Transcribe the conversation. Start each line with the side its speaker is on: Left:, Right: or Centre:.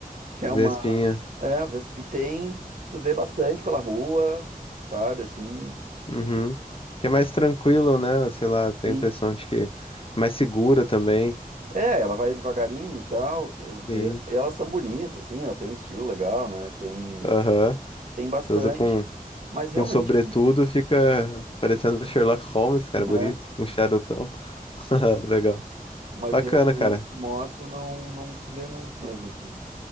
Right: que é
Left: Vespinha.
Right: uma, é, Vespa e tem, tu vê bastante pela rua, sabe, assim.
Left: Uhum. Que é mais tranquilo, né? Sei lá, tenho
Right: Sim.
Left: a impressão de que mais segura também.
Right: É, ela vai devagarinho e tal, eu vejo-
Left: Sim.
Right: e elas são bonitas, assim, ela tem um estilo legal, né? Tem,
Left: Aham.
Right: tem bastante,
Left: Você usa com,
Right: mas realmente,
Left: com sobretudo, fica parecendo Sherlock Holmes, cara,
Right: <laughs>
Left: bonito.
Right: né?
Left: Um charutão. <laughs> Legal.
Right: Mas
Left: Bacana,
Right: realmente
Left: cara.
Right: moto não, não se vê muito mesmo aqui.